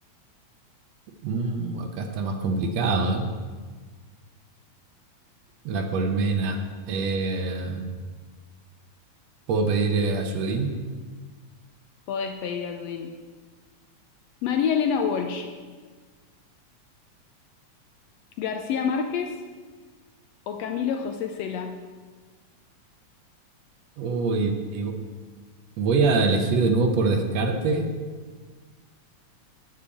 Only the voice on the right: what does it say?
Mm, acá está más complicado, ¿eh? La colmena. Eh, ¿puedo pedir eh, ayudín?
Uy, y voy a elegir de nuevo por descarte.